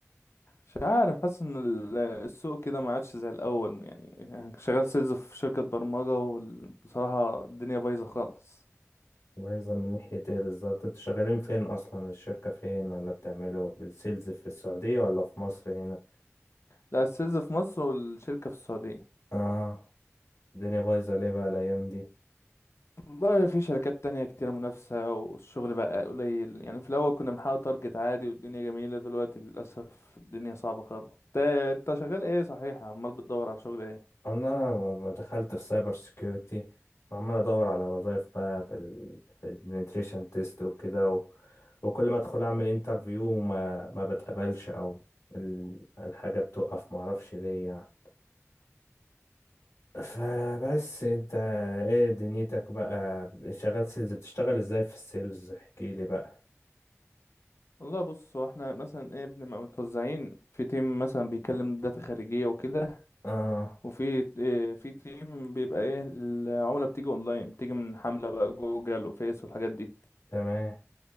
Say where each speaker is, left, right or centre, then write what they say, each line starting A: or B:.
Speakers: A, on the left; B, on the left.
A: مش عارف حاسس ان ال- السوق كده ما عادش زي الاول يعني شغال سيلز في شركة برمجة وبصراحة الدنيا بايظة خالص
B: مميزة من ناحية ايه بالظبط انتوا شغالين فين اصلا الشركة فين ولا بتعملوا السيلز في السعودية ولا في مصر هنا
A: لا السيلز في مصر والشركة في السعودية
B: اه الدنيا بايظة ليه بقى الايام دي
A: والله في شركات تانية كتيرة منافسة والشغل بقى قليل يعني في الأول كنا بنحقق تارجت عادي والدنيا جميلة دلوقتي للأسف الدنيا صعبة خالص انت انت شغال ايه صحيح عمال بتدور على شغل ايه
B: انا ب- دخلت في سايبر سيكيورتي وعمال ادور على وظايف بقى في ال في البنتريشن تيست وكده و... وكل ما ادخل اعمل انترفيو وما ما بتقبلش او ال- الحاجه بتقف ما اعرفش ليه يعني فبس انت ايه دنيتك بقى شغال سيلز بتشتغل ازاي في السيلز احكي لي بقى
A: والله بص هو احنا مثلا ايه بنبقى متوزعين في تيم مثلا بيكلم داتا خارجية وكده
B: اه
A: وفي اه في تيم بيبقى ايه العملة بتيجي اونلاين بتيجي من حملة بقى جوجل وفيس والحاجات دي
B: تمام